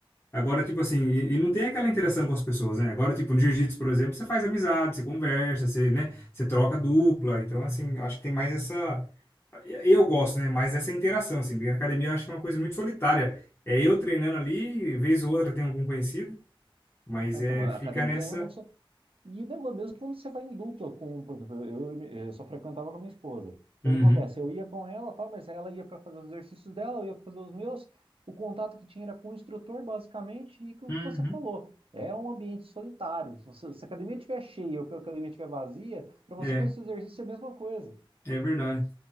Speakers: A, on the left; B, on the right.
A: Agora, tipo assim, e, e não tem aquela interação com as pessoas, né? Agora, tipo, no jiu-jitsu, por exemplo, você faz amizade, você conversa, você, né? Você troca dupla. Então, assim, eu acho que tem mais essa. Eu gosto, né? Mais dessa interação, assim. Porque na academia eu acho que é uma coisa muito solitária. É eu treinando ali, vez ou outra tem algum conhecido, mas
B: né? Então,
A: é,
B: a
A: fica
B: academia
A: nessa.
B: é realmente só... E o negócio, mesmo é quando você vai em dupla, com, por exemplo, eu, eu, eu só frequentava com a minha esposa. Então,
A: Uhum,
B: o que acontece? Eu ia com ela, tal, mas ela ia para fazer os exercícios dela, eu ia pra fazer os meus. O contato que tinha era com o instrutor, basicamente, e com
A: uhum.
B: o que você falou. É um ambiente solitário. Se, você- se a academia estiver cheia ou que a academia estiver vazia, para você
A: É,
B: fazer esse exercício é a mesma coisa.
A: é verdade.